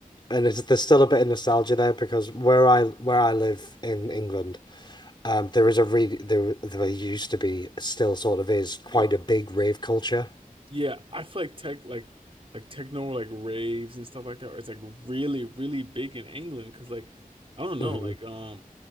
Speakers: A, on the left (about 30°); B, on the right (about 40°).
A: and it's, there's still a bit of nostalgia there because where I where I live in England. Um, there is a really there there used to be still sort of is quite a big rave culture.
B: Yeah, I feel like tech like like techno like raves and stuff like that. It's like really really big in England because like I don't know
A: hmm
B: like um.